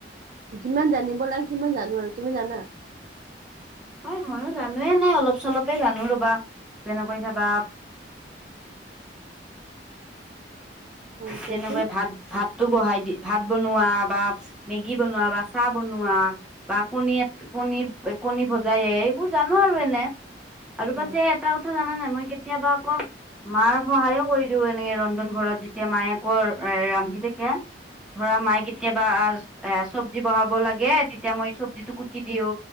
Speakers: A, on the right (about 45°); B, in the centre.
A: যিমান জানিব লাগে, সিমান জানো আৰু। তুমি জানা?
B: মই মইও জানো অলপ-চলপে জানো ৰ'বা, যেনেকৈ চাবা। <inaudible>
A: হয়
B: তেনেকৈ
A: কোৱাচোন
B: ভাত, ভাতটো বহাই। -দি ভাত বনোৱা বা মেগী বনোৱা বা চাহ বনোৱা। বা কণী এটা, কণী, কণী ভজায়ে এইবোৰ জানো আৰু এনে। আৰু পাছে
A: অ
B: এটা কথা জানানে নাই, মই কেতিয়াবা আকৌ মাৰ সহায়ো কৰি। দিওঁ, এনেকে ৰন্ধন ঘৰত যেতিয়া মায়ে অকলে ৰান্ধি থাকে। ধৰা, মা'ই কেতিয়াবা এ চব্জি বহাব লাগে,, তেতিয়া মই চব্জিটো কুটি দিও।